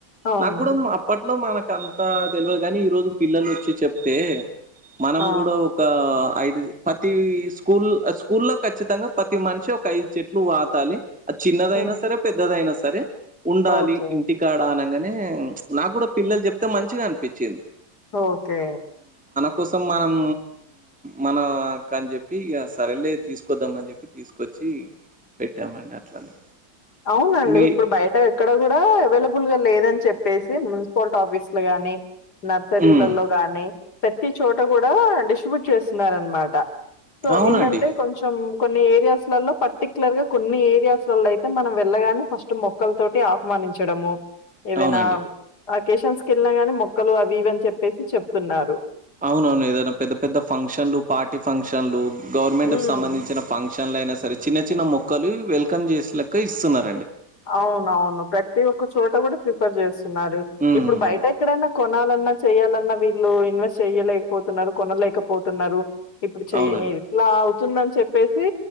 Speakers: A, on the left; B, in the centre.
A: అవును.
B: నాగ్గుడా అప్పట్లో మన అంత తెలవదు గాని ఈ రోజు పిల్లలొచ్చి చెప్తే మనం
A: ఆ!
B: గూడా ఒక ఐ పతి స్కూల్ స్కూల్లో ఖచ్చితంగా పతి మనిషి ఒక ఐదు చెట్లు వాతాలి అద్ చిన్నదైనా
A: హ్మ్.
B: సరే పెద్దదైనా సరే ఉండాలి
A: ఓకే.
B: ఇంటికాడ అనంగానే నాగ్గుడా పిల్లలు జెప్తే మంచిగా అనిపిచింది
A: ఓకే
B: కోసం మనం మనకని జెప్పి ఇగ సరేలే తీసుకొద్దామని జెప్పి తీసుకొచ్చి పెట్టామండి అట్లనే
A: అవునండి
B: మీ
A: ఇప్పుడు బయట ఇక్కడ గూడా అవైలబుల్ గా లేదని చెప్పేసి మున్సిపాలిటీ ఆఫీసులు గాని నర్సరీలల్లో
B: ఉమ్,
A: గానీ ప్రత్తి చోట గూడా డిస్ట్రిబ్యూట్ చేస్తున్నారన్మాట సో
B: అవునండి
A: ఏంటంటే కొంచెం కొన్ని ఏరియాస్ లలో ప పర్టిక్యులర్ గా కొన్ని ఏరియాస్ వల్ల అయితే మనం వెళ్ళగానే ఫస్ట్ మొక్కల తోటి ఆహ్వానించడము ఏదనా
B: అవునండి
A: అకేషన్స్ గెళ్ళినా గానీ మొక్కలు అవి ఇవని చెప్పేసి చెప్తున్నారు
B: అవునవును ఏదైనా పెద్ద పెద్ద ఫంక్షన్లు పార్టీ ఫంక్షన్లు గవర్నమెంట్
A: హ్మ్.
B: కు సంబంధించిన ఫంక్షన్ లైనా సరే చిన్న చిన్న మొక్కలు వెల్కమ్ చేస్ లెక్క ఇస్తున్నారు.
A: అవునవును ప్రతి ఒక్క చోట గుడ ప్రిఫర్ జేస్తున్నారు
B: హ్మ్.
A: ఇప్పుడు బయట ఎక్కడైనా కొనాలన్నా చేయాలన్నా వీళ్ళు ఇన్వెస్ట్ చేయలేకపోతున్నారు కొనలేకపోతున్నారు ఇప్పుడు చెయే
B: అవునండి.
A: ఎట్లావు తుందన్ చెప్పేసి